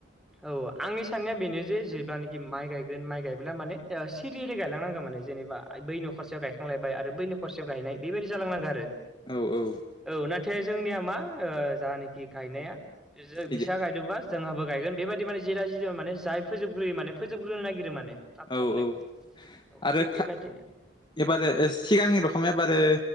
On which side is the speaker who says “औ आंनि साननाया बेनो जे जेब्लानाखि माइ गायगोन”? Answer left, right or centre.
Centre